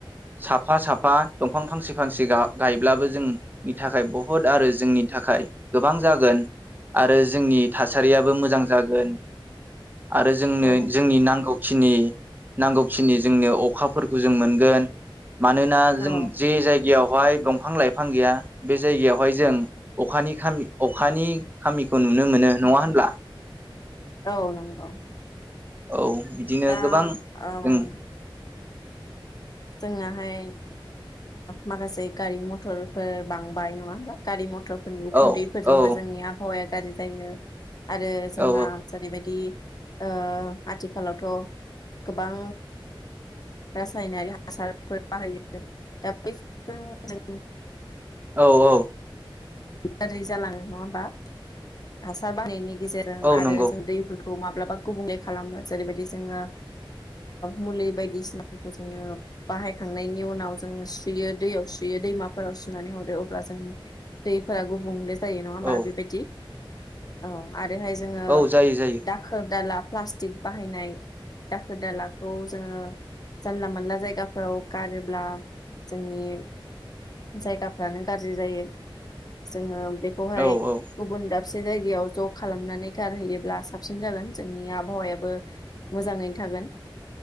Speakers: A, on the right; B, on the left.
A: साफा साफा दंफां फांसे फांसे गायब्लाबो जोंनि थाखाय बुहुत आरो जोंनि थाखाय गोबां जागोन आरो जोंनि थासारियाबो मोजां जागोन आरो जोंनो
B: औ
A: जोंनि नांगौ खिनि नांगौखिनि जोंनो अखाफोरखौ जों मोनगोन मानोना
B: औ
A: जों जे जायगायाव बेवहाय दंफां लाइफां गैया बे जायगायावहाय जों अखानि खामि अखानि खामिखौ नुनो मोनो नङा होनब्ला
B: औ नंगौ
A: औ बिदिनो
B: दा
A: गोबां
B: औ
A: जों
B: जोङाहाय माखासे गारि मथरफोर बांबाय नङा होमब्ला गारि मथर नि उखुन्दैफोरजोंबो
A: औ औ
B: जोंनि आबावाया गाज्रि जायो आरो जोंहा
A: औ
B: जेरैबायदि ओ आथिखालावथ' गोबां रासायनारि आसारफोर बाहायो दा बेफोर जों
A: औ औ
B: गाज्रि जालाङो नङा होमबा हासार बाहानायनि गेजेरजों
A: औ
B: आरो
A: नंगौ
B: जों दैफोरखौ खौ माब्लाबा गुबुंले खालामो जेरैबायदि जोङो मुलि बायदिसिनाफोरखौ जोङो बाहायखांनायनि उनाव जोङो सुयो दैयाव सुयो दैमाफोराव सुनानै हरो अब्ला जों दैफोरा गुबुंले जायो नङा होनबा
A: औ
B: बिबायदि अ आरोहाय जोङो
A: औ जायो जायो
B: दाखोर दाला प्लास्टिक बाहायनाय दाखोर दालाखौ जोङो जानला मोनला जायगा फोराव गारोब्ला जोंनि जायगाफ्रानो गाज्रि जायो जोंङो बेखौहाय
A: औ औ
B: गुबुन दाब बसे जायगायाव ज खालामनानै गारहैयोब्ला साबसिन जागोन जोंनि आबहावायाबो मोजाङैनो थागोन ।